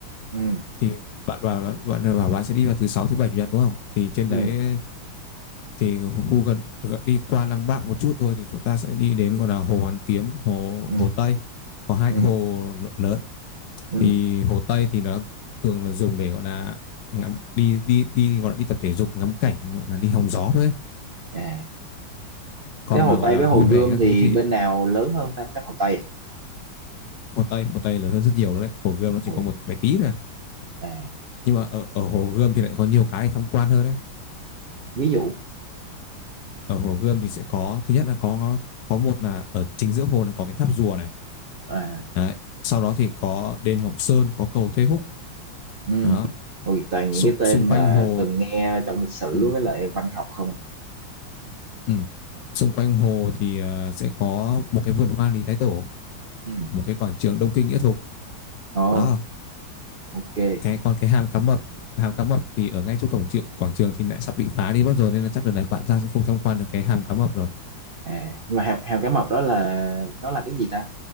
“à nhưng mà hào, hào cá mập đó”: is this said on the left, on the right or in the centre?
Right